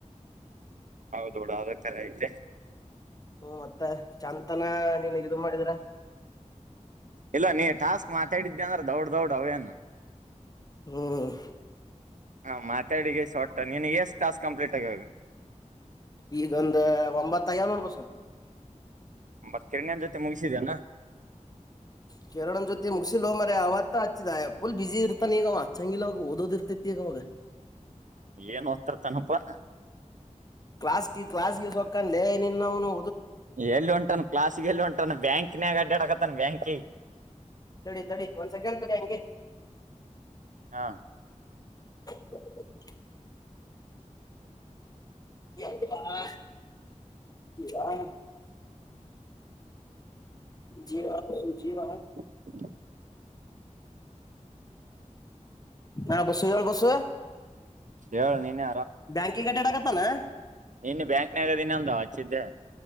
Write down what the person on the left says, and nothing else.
ಮತ್ತ ಚಂತನ ನೀನ್ ಇದು ಮಾಡಿದೀರ
ಹ್ಮ.
ಈಗೊಂದ ಒಂಬತ್ತ ಆಗ್ಯಾವ ನೋಡ್ ಬಸ್ಸು
ಕಿರಣನ್ ಜೊತೆ ಮುಗಸಿಲ್ಲೊ ಮಾರಾಯ ಆವತ್ತ ಆಚ್ಚಿದಫುಲ್ ಬಿಸಿ ಇರ್ತಾನ ಈಗ ಚಂಗಿಲ್ಲವಾಗ ಓದೋದ ಇರ್ತೈತಿ ಈಗವ
ಕ್ಲಾಸ್ ಕ್ಲಾಸ್ಗೆ ಸೊಕ್ಕಂನೆ ನಿನ್ನಹೌನು
ತಡಿ ತಡಿ ಒಂದ್ ಸೆಕೆಂಡ್ ತಡಿ ಹಂಗೆ
<unintelligible> <unintelligible> <inaudible> ಹಾ ಜೀವ ಜೀವ
ಹಾ ಬಾಸು ಹೇಳು ಬಾಸು
ಬ್ಯಾಂಕಿಗೆ ಅಡ್ಡಡಕತಿದ್ದೆ ನೆ